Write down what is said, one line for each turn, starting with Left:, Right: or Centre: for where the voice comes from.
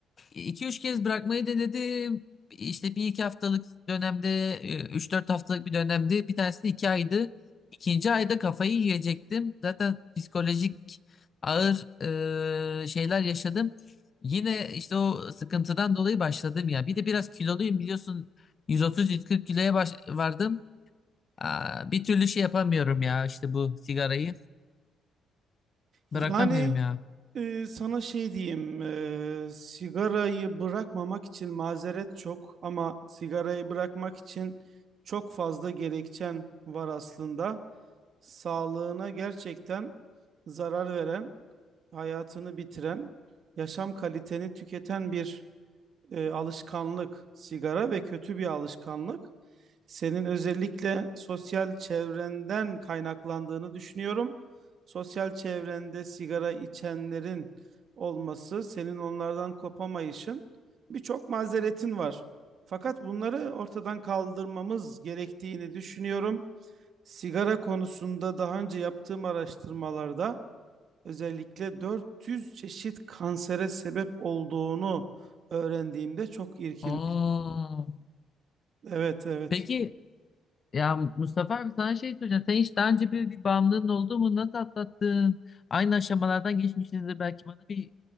Left: 2 üç kez bırakmayı denedim. İşte bir iki haftalık dönemde, e, üç dört haftalık bir dönemde bir tanesi 2 aydı. İkinci ayda kafayı yiyecektim. Zaten psikolojik ağır e, şeyler yaşadım. Yine işte o sıkıntıdan dolayı başladım ya. Bir de biraz kiloluyum biliyorsun. 130-140 kiloya baş- vardım. Aa, bir türlü şey yapamıyorum ya işte bu sigarayı. Bırakamıyorum
Right: Yani
Left: ya.
Right: e, sana şey diyeyim, e, sigarayı bırakmamak için mazeret çok ama sigarayı bırakmak için çok fazla gerekçen var aslında. Sağlığına gerçekten zarar veren, hayatını bitiren, yaşam kaliteni tüketen bir e, alışkanlık, sigara ve kötü bir alışkanlık senin özellikle sosyal çevrenden kaynaklandığını düşünüyorum. Sosyal çevrende sigara içenlerin olması, senin onlardan kopamayışın birçok mazeretin var. Fakat bunları ortadan kaldırmamız gerektiğini düşünüyorum. Sigara konusunda daha önce yaptığım araştırmalarda özellikle 400 çeşit kansere sebep olduğunu öğrendiğimde çok irkilmiş.
Left: Aa,
Right: Evet, evet.
Left: peki Ya Mustafa abi sana şey soracağım. Sen hiç daha önce böyle bir bağımlılığın oldu mu? Nasıl atlattın? Aynı aşamalardan geçmişsinizdir. Belki bana bir